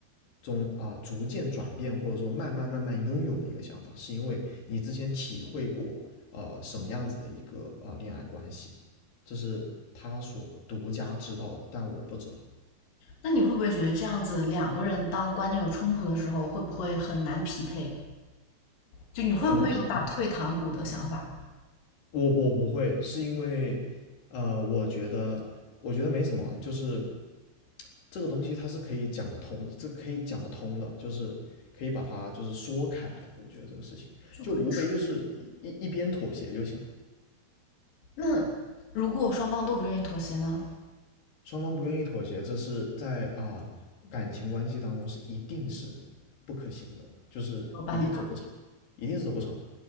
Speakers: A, on the left; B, on the left.
A: 中啊、逐渐转变，或者说慢慢慢慢拥有的一个想法，是因为你之前体会过呃什么样子的一个呃恋爱关系，这是他所独家知道的，但我不知道，
B: 那你会不会觉得这样子两个人当观念有冲突的时候，会不会很难匹配？就你会不会有打退堂鼓的想法？
A: 很难匹配，我我不会，是因为，呃，我觉得我觉得没什么啊就是这个东西它是可以讲得通，这可以讲得通的，就是可以把它就是说开来的。我觉得这个事情就无非就是一一边妥协就行了，
B: 就可以。那如果双方都不愿意妥协呢？
A: 双方不愿意妥协，这是在啊、感情关系当中是一定是不可行的，就是一定走不长，
B: 没有办法，
A: 一定是走不长。